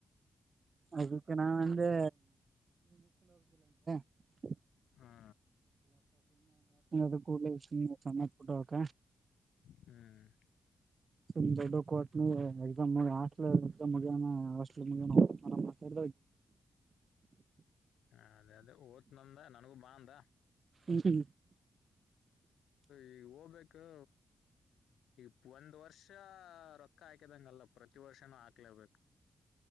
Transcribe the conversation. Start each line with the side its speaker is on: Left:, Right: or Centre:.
Right: ಅದಕ್ಕೆ ನಾ ಅಂದೆ ಏನು ಇಲ್ಲ
Left: ಹಾ
Right: ದು ಕೂಡಷ ಸಮಮ್ಮಯಪಟ್ಟಕ
Left: ಹ್ಮ್
Right: ಸ ದೊಡ್ಡ ಕೋಟ್ ಎ ಮು ಹಸ್ಟ ಮುಗ ಹಸ್ಟ ಮು ಮಾತ
Left: ಹ ಅದೇ ಅದೇ ಓದ ನಂದ ನನಗೂ ಬಾ ಅಂದ
Right: ಹ್ಮ್್ಮ
Left: ಈ ಹೋಗ್ಬೇಕು ಈ ಒಂದ್ ವರ್ಷ ರೊಕ್ಕ ಹಾಕದಂಗಲ್ಲ ಪ್ರತಿ ವರ್ಷನೂ ಹಾಕ್ಲರ್ಬೇಕು